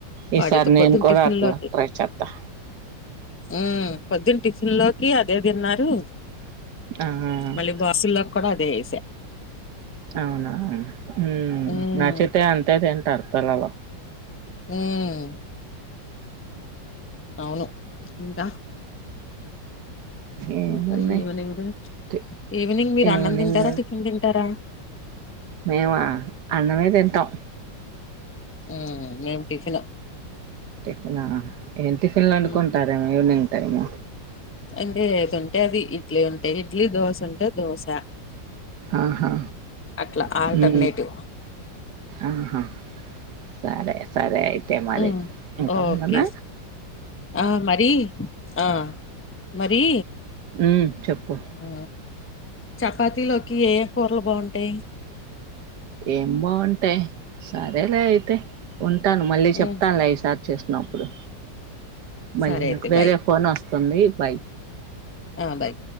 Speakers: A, on the left; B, on the right.
A: పడకపోతే
B: ఈసారి నేను కూడా
A: టిఫన్లోద్దు
B: అట్లా ట్రై చేత్తా.
A: హుమ్మ్ పొద్దున్న టిఫిన్ లోకి అదే తిన్నారు
B: ఆహ
A: మళ్ళీ బాక్సుల్లోకి కూడా అదే ఏసా
B: అవునా హు
A: ఉమ్
B: నాకైతే అంతే తె టర్థానబ
A: ఉమ్ ను ఇంకా
B: ఏముంది
A: ఇంకా ఈవినింగ్
B: తి
A: ఈవినింగ్ మీరు
B: ఈవినింగ్
A: అన్నం తింటారా టిఫిన్ తింటారా
B: మేమా అన్నమే తింటం
A: ఉ మేం టిఫిన్,
B: టిఫిన్ నా ఏ టిఫిన్ లు వండుకుంటారేమో
A: ఉమ్
B: ఈవినింగ్ టైమ్,
A: అంటే ఏదుంటే అది ఇడ్లీ ఉంటాయి, ఇడ్లీ దోశ ఉంటే దోశ,
B: ఆహా
A: అట్లా ఆల్టర్నేటివ్
B: ఉ ఆహా సరే సరే అయితే మరి
A: ఉమ్
B: ఇంకా
A: ఓకే
B: ఉండన్న,
A: ఆ మరి ఆ మరి
B: ఊ చెప్పు
A: ఆ చపాతీలోకి ఏ కూరలు బాగుంటాయి.
B: ఏం బాగుంటాయి సరేలే అయితే ఉ ఉంటాను మళ్ళీ చెప్తానుగా
A: ఉమ్
B: ఈ సారి చూసినపుడు, మళ్ళీ
A: సరే అయితే
B: ఇంకో వేరే
A: బాయ్
B: ఫోన్ వస్తుంది, బై
A: ఆ బాయ్